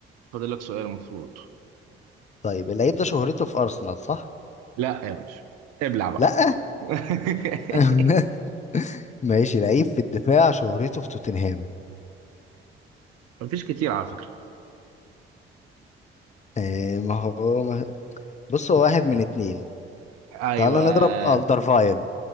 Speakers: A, on the right (about 55°); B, on the left (about 25°).
A: فاضل لك سؤال المفروض
B: طيب اللعيب ده شهرته في ارسنال صح
A: لا يا باشا ابلع بقى
B: لا
A: <laughs>
B: <laughs> ماشي لعيب في الدفاع شهرته في توتنهام
A: مفيش كتير على فكرة
B: إيه ما هو ما... بص هو واحد من اتنين
A: ايوه
B: تعالى نضرب الدرفايل